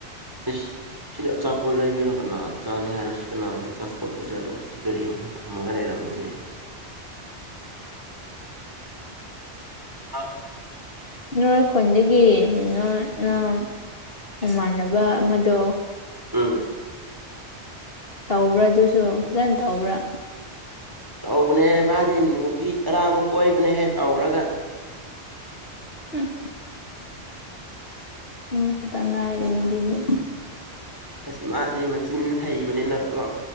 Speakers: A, on the right; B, on the left.
A: ꯏꯁ ꯁꯤꯗꯤ ꯑꯆꯥꯄꯣꯠ ꯂꯩꯕꯤꯔꯣ ꯀꯅꯥ ꯆꯥꯅꯤꯡꯉꯥꯏꯔ ꯁꯤ ꯀꯅꯥꯒꯤ ꯑꯆꯥꯄꯣꯠ ꯑꯣꯏꯖꯥꯠꯂꯣ ꯁꯤ ꯒꯥꯔꯤ ꯊꯝꯃꯒ ꯂꯩꯔꯝꯃꯦꯅꯦ <unintelligible>
B: ꯅꯣꯏ ꯈꯨꯟꯗꯤ ꯒꯤ ꯅꯣꯏ ꯅꯣꯏ ꯅꯃꯥꯟꯅꯕ
A: ꯑꯁ
B: ꯑꯃꯗꯣ
A: ꯎꯝ
B: ꯇꯧꯕ꯭ꯔꯥ ꯑꯗꯨꯁꯨ ꯐꯖꯅ ꯇꯧꯕ꯭ꯔꯥ
A: ꯇꯧꯕꯅꯦꯍꯦ ꯃꯥꯗꯤ ꯅꯨꯄꯤ ꯇꯔꯥꯃꯨꯛ ꯀꯣꯏꯕꯅꯦꯍꯦ ꯇꯧꯔꯒ
B: ꯍꯨꯝ ꯅꯣꯏ ꯈꯛꯇ ꯉꯥꯏꯔꯦꯅꯦ ꯑꯗꯨꯗꯤ
A: ꯑꯁ ꯃꯥꯗꯤ ꯃꯆꯤꯟ ꯍꯩꯕꯅꯤꯅꯥ ꯀꯣ